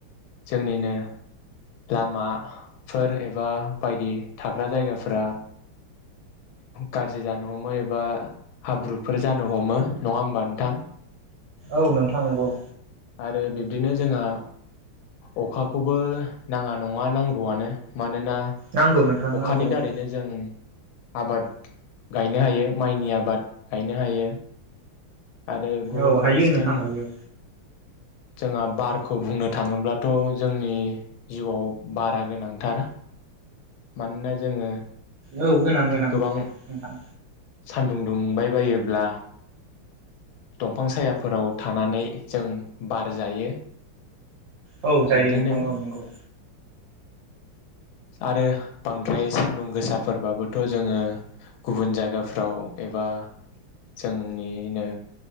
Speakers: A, on the left; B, on the right.
A: जोंनिनो लामा फोर एबा बायदि थाग्रा जायगाफोरा गाज्रि जानो हमो एबा हाब्रुफोर जानो हमो नङा होमबा नोंथां?
B: औ नोंथां नंगौ।
A: आरो बिब्दिनो जोंहा अखाखौबो नाङा नङा नांगौआनो मानो ना
B: नांगौ नोंथां
A: अखानि
B: नांगौ औ
A: दारैनो जों आबाद गायनो हायो माइनि आबाद गायनो हायो। आरो गुबुन
B: औ हायो
A: फारसेथिं
B: नोंथां हायो
A: जोंहा बारखौ बुंनो थाङोब्लाथ' जोंनि जिउआव बारा गोनांथार। मानोना जोङो
B: औ गोनां गोनां
A: गोबां
B: नोंथां
A: सानदुं दुंबाय बायो अब्ला दंफां सायाफोराव थानानै जों बार जायो।
B: औ जायो
A: बिब्दिनो
B: नोंथां औ नंगौ।
A: आरो बांद्राय सानदुं गोसाफोरबाबोथ' जोङो गुबुन जायगाफ्राव एबा जो निनो